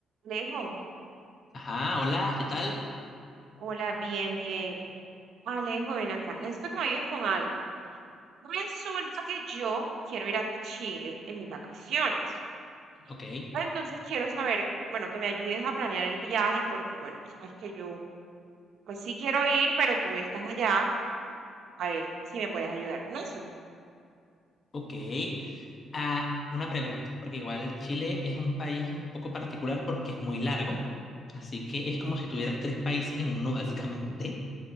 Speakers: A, on the right; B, on the left.
A: Alejo,
B: Ajá, hola, ¿qué tal?
A: hola, bien, bien. Alejo, ven acá. Necesito que me ayudes con algo. Resulta que yo quiero ir a Chile en mis vacaciones.
B: Ok,
A: Entonces quiero saber, bueno, que me ayudes a planear el viaje porque, bueno, sabes que yo, pues sí quiero ir, pero tú estás allá. A ver si me puedes ayudar con eso.
B: ok. Ah, una pregunta, porque igual Chile es un país un poco particular porque es muy largo, así que es como si tuvieras tres países en uno, <laughs> básicamente.